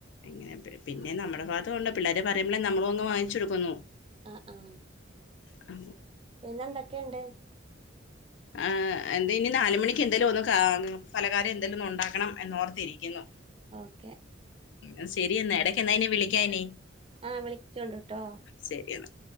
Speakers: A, on the left; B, on the right.
A: ഇങ്ങനെ പിന്നെ നമ്മടെ ഭാഗത്തൂണ്ട് പിള്ളാര് പറയുമ്പള് നമ്മളും അങ്ങ് വാങ്ങിച്ചോട്ക്കുന്നു
B: ആഹ് ആഹ്
A: അ
B: പിന്നെ എന്തൊക്കെയുണ്ട്
A: ആഹ്എന്ത് ഇനി നാലുമണിക്ക് എന്തേല ഒന്ന് ഫലകാരം എന്തേലും ഒന്നും ഉണ്ടാക്കണം എന്നോ ർത്തിരിക്കുന്നു
B: ഓക്കെ
A: ഉ ശരി എന്നാ എടക്ക് ന്നാെ വിളിക്കാന്നെ
B: ആഹ് വിളിക്കൊണ്ട് ട്ടോ
A: ശരിയെന്നാ